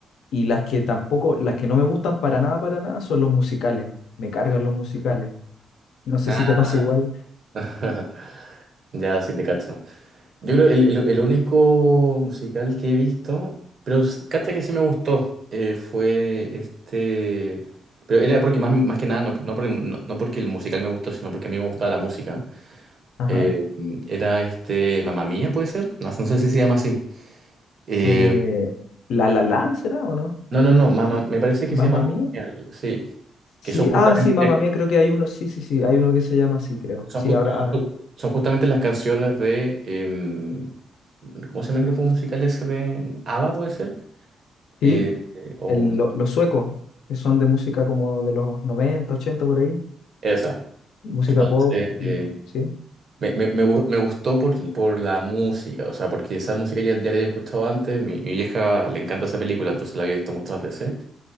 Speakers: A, on the left; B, on the right.
A: Y las que tampoco, las que no me gustan para nada, para nada, son los musicales. Me cargan los musicales. No sé
B: Ah,
A: si te pasa igual.
B: <laughs> ya sí te cacho. Yo creo el, el, el único musical que he visto, pero s- cacha que sí me gustó, eh, fue este. Pero era porque más, más que nada, no, no, por el- no- no porque el musical me gustó, sino porque a mí me gustaba la música.
A: Ajá.
B: Eh, era este. Mamma Mía, ¿puede ser? No, no sé si se llama así. Eh,
A: Eh, La La Land, ¿será o no?
B: no, no, no, Mamma- me parece
A: Mamma
B: que se llama Mamma
A: Mía.
B: Mía, sí.
A: Sí,
B: Que son justamente.
A: ah, sí, Mamma Mía, creo que hay uno. Sí, sí, sí, hay uno que se llama así, creo.
B: Son,
A: Sí,
B: ju-
A: ahora, ahora.
B: son justamente las canciones de, em, ¿cómo se llama el grupo musical ese de ABBA, puede ser?
A: Sí,
B: Eh, eh, o
A: el- lo- los suecos, que son de música como de los 90 80 por ahí.
B: esa.
A: Música
B: Entonces,
A: pop, y-
B: eh,
A: sí.
B: me, me- me gu- me gustó por, por la música, o sea, porque esa música ya, ya la había escuchado antes, mi, mi vieja le encanta esa película, entonces la había visto muchas veces.